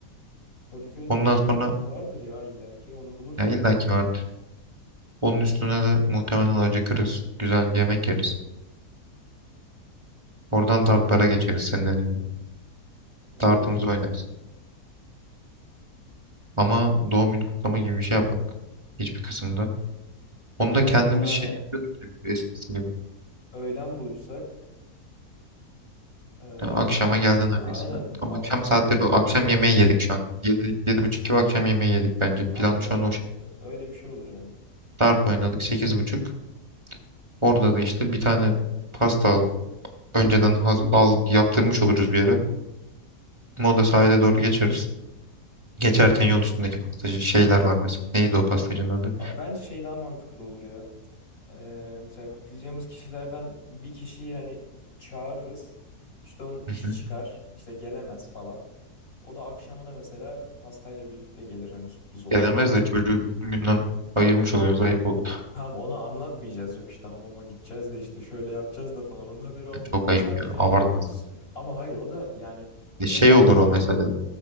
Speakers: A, on the left; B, on the right.
A: <laughs> Kadıköy'de
B: Ondan sonra
A: vardır ya illaki. Onu buluruz
B: ya
A: bence.
B: illaki var. Onun üstüne de muhtemelen acıkırız. Güzel bir yemek yeriz. Oradan dartlara geçeriz senin dediğin gibi.
A: Olur.
B: Dartımızı oynarız. Ama doğum günü kutlama gibi bir şey yapmadık. Hiçbir kısımda. Onu
A: Ya
B: da kendimiz
A: zaten hani
B: şey yapıyorduk gibi eskisi gibi.
A: öğlen buluşsak e,
B: Ya akşama geldin
A: işte
B: abi
A: aynen
B: ismi.
A: al-
B: Tam akşam
A: saat
B: saatleri
A: 7
B: o. Akşam
A: falan
B: yemeği
A: olur.
B: yedik şu an. Yedi yedi buçuk gibi akşam yemeği yedik bence. Plan
A: Aynen
B: şu
A: aynen.
B: an o.
A: Ö- Öyle bir şey olur yani.
B: Dart oynadık Sekiz buçuk. Orada da işte bir tane pasta al. Önceden haz, al yaptırmış oluruz bir yere. Moda sahile doğru geçeriz. Geçerken yol üstündeki pastacı şeyler var mesela. Neydi o pastacının adı?
A: Ha, Bence şey daha mantıklı olur ya. Eee, mesela kutlayacağımız kişilerden bir kişiyi hani çağırırız. İşte onun işi
B: Hı hı.
A: çıkar, işte gelemez falan. O da akşamına mesela pastayla birlikte gelir hani sürpriz olmuş
B: Gelemez
A: olur o şekilde.
B: de çocuğu bütün günden ayırmış oluyoruz. Ayıp oldu.
A: Tam ona anlatmayacağız yok işte hamama gideceğiz de işte şöyle yapacağız da falan onun haberi olmayacak.
B: Çok
A: O
B: ayıp
A: sadece
B: ya. Abartmasın.
A: s- ama hayır o da yani
B: E
A: e,
B: Şey
A: Apo'yu
B: olur o mesela.